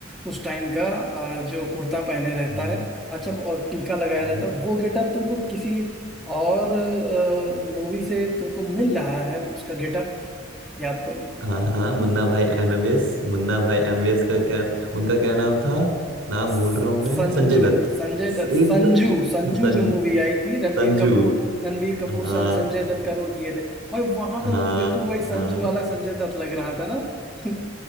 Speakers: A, in the centre; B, on the right.
A: उस टाइम का अ, जो कुर्ता पहने रहता
B: हम्म
A: है अच्छा वो और टीका लगाया
B: हम्म,
A: रहता है वो गेटअप तुमको किसी और मूवी से तुमको मिल रहा है उसका गेटअप याद करो
B: हाँ हाँ मुन्ना भाई एमबीबीएस Munna भाई एमबीबीएस का क्या उनका क्या नाम था नाम
A: स-
B: भूल रहा हूँ मैं
A: संजू
B: संजय दत्त
A: संजय
B: स-
A: दत्त
B: एक
A: संजू
B: द-
A: संजू
B: सं,
A: जो मूवी आई थी रणबीर
B: संजू
A: कपूर रणबीर कपूर
B: हाँ
A: सं- संजय दत्त का रोल किए थे भाई वहां
B: हाँ
A: पे वो बिल्कुल वही संजू
B: हाँ
A: वाला संजय दत्त लग रहा था ना <laughs>